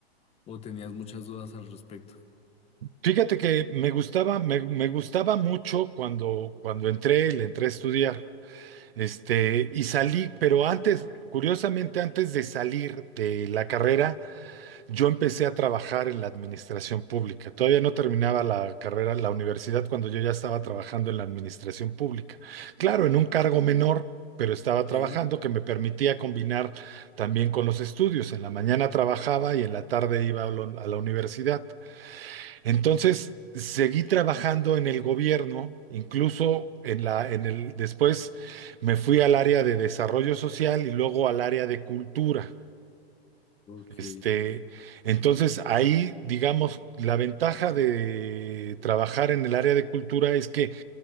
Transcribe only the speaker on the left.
¿O tenías muchas dudas al respecto?
Sí,
Ok.